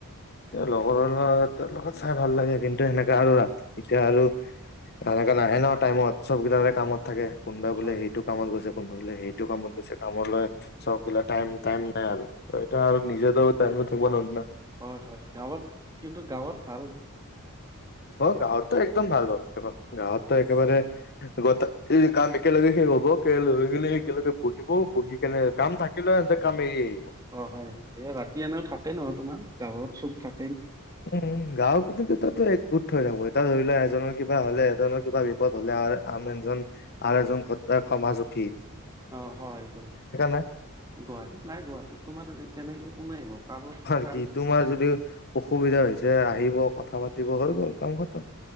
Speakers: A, on the left; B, on the right.
A: এ লগৰৰ লগত <unintelligible> চাই ভাল লাগে, কিন্তু সেনেকাে আৰু ৰাতি এতিয়া আৰু সেনেকা নাহে নহয়! টাইমত চব বিলাকে কামত থাকে। কোনোবা বোলে
B: হয়
A: সেইটো কামত গৈছে কোনোবা বোলে সেইটো কামত গৈছে কামলৈ। চববিলাক টাইম-টাইম
B: হয় হয়
A: নাই আৰু এতিয়া আৰু নিজেটো টাইমত থাকিব লাগিব না।
B: হয় হয়, গাওঁত কিন্তু গাওঁত ভাল।
A: অ', গাওঁতটো একদম ভাল হয়। গাওঁতটো একেবাৰে গোটে <unintelligible> কাম একেলগে শেষ হ'ব। <unintelligible> হৈ গ'লে একেলগে বহিবও, বহি কেনে কাম থাকিলে ইহঁতে কাম এৰি-এৰি
B: অ', হয়, এই ৰাতি এনেও থাকে নহয় তোমাৰ গাওঁত চব থাক
A: উম! গাঁও কিন্তু তাতো একগোট হৈ থাকোঁ এতিয়া ধৰি ল এ জনৰ কিবা হ'লে এজনৰ কিবা বিপদ হ'লে আ আন এজন আৰু এজন ঘট সমাজত
B: অ সহায় কৰে।
A: নাই
B: গুৱাহাটীত নাই গুৱাহাটীত তোমাৰ তেনেকে সোমাই আহিব। কাৰো
A: হয়
B: কাৰ
A: কি তোমাৰ যদি অসুবিধা হৈছে। আহিব, কথা পাতিব হৈ গ'ল কাম খতম।